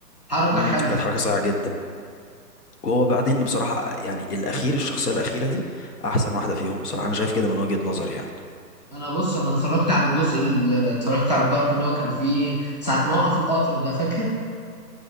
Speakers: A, on the right (about 30°); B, on the left (about 70°).
A: حركة
B: امم
A: حلوة
B: كانت حركة صايعة جدا وهو بعدين بصراحة يعني الأخير الشخصية الأخيرة دي أحسن واحدة فيهم بصراحة أنا شايف كده من وجهة نظري يعني
A: انا بص انا اتفرجت على الجزء اللي اتفرجت على البارت اللي هو كان فيه ساعة ما وقف القطر ده فاكر